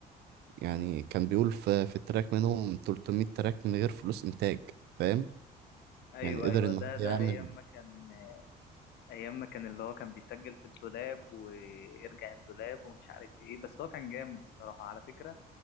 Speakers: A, on the right (about 75°); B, on the left (about 75°).
A: يعني كان بيقول في في التراك منهم 300 تراك من غير فلوس إنتاج فاهم
B: ايوه
A: يعني قدر
B: ايوه
A: ان
B: ده
A: هو
B: ده
A: يعمل
B: ايام ما كان ايام ما كان اللي هو كان بيسجل في الدولاب ويرجع الدولاب ومش عارف ايه بس هو كان جامد الصراحة على فكرة